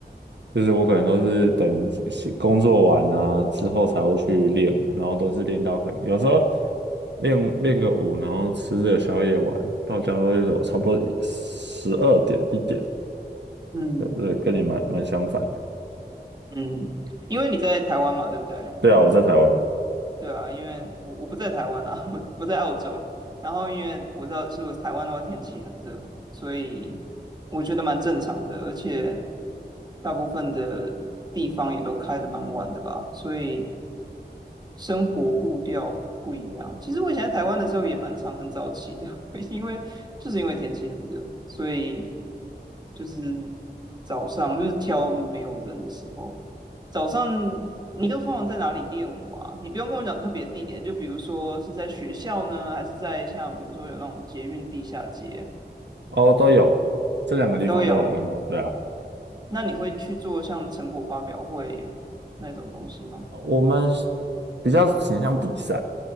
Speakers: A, on the right; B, on the right.
A: 就是我可能都是等工作完啊之后才会去练舞，然后都是练到可能有时候练练个舞，然后吃个宵夜玩，到家都有差不多十二点一点，
B: 嗯
A: 呃，跟你蛮蛮相反的。
B: 嗯，因为你在台湾嘛，对不对？
A: 对啊，我在台湾
B: 对啊，因为我我不在台湾啊，<laughs> 我我在澳洲。然后因为我知道，是我台湾的话天气很热，所以我觉得蛮正常的，而且大部分的地方也都开得蛮晚的吧，所以生活步调不一样。其实我以前在台湾的时候也蛮常很早起的，<laughs> 因为就是因为天气很热，所以就是早上，就是挑没有人的时候。早上你都通常在哪里练舞啊？你不用跟我讲特别地点，就比如说是在学校呢，还是在像比如说有那种捷运地下街
A: 哦，都有这两个地方都有练过，
B: 都有。
A: 对啊。
B: 那你会去做像成果发表会那种东西吗？
A: 我们是比较倾向比赛，